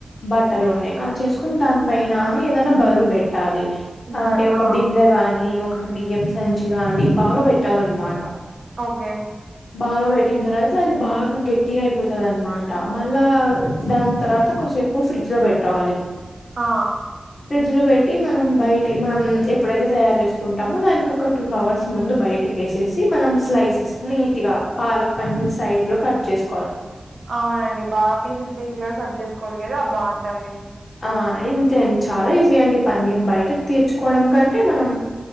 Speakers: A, on the left (about 65°); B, on the right (about 80°).
A: బట్టలోనే ఆ చేసుకుని దాని పన ఏదనా బరువు పెట్టాలి
B: బర్
A: అంటే ఒక
B: ఆ
A: బిందె గాని ఒక బియ్యం సంచి గాని బాగా పెట్టాలన్నమాట
B: ఒకే
A: బాగా పెట్టిన తర్వాత అది బాగ గెట్ గట్టి అయిపోతది అనమాట మళ్ళా దాని తర్వాత కొసేపు ఫ్రిడ్జ్ లో పెట్టవాలి
B: ఆ
A: ఫ్రిడ్జ్ లో పెట్టి మనం బయటి మనం ఎప్పుడైతే తయారు చేసుకుంటామో దానికి ఒక టూ అవర్స్ ముందు బై <unintelligible> మనం స్లైసె నీట్ గా పాలక్ పన్నర్ సైజ్ లో కట్ చేసు
B: అవునండి బాగా పీసులు పీసులుగా కట్ చేసుకోవాలి కదా బాగుంటది
A: ఆ అంతే అండి చాలా ఈజీ అండి పన్నీర్ బయటకు తీర్చుకోవడం కంటే మనం